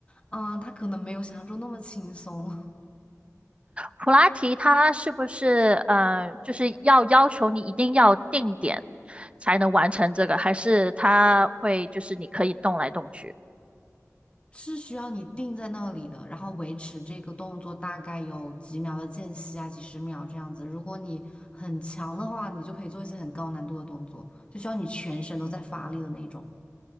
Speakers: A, on the left; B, on the right.
A: 嗯，他可能没有想象中那么轻松，<laughs>
B: 普拉提它是不是呃，就是要要求你一定要定点才能完成这个，还是它会就是你可以动来动去？
A: 是需要你定在那里的，然后维持这个动作大概有几秒的间隙啊，几十秒这样子。如果你很强的话，你就可以做一些很高难度的动作，就需要你全身都在发力的那种。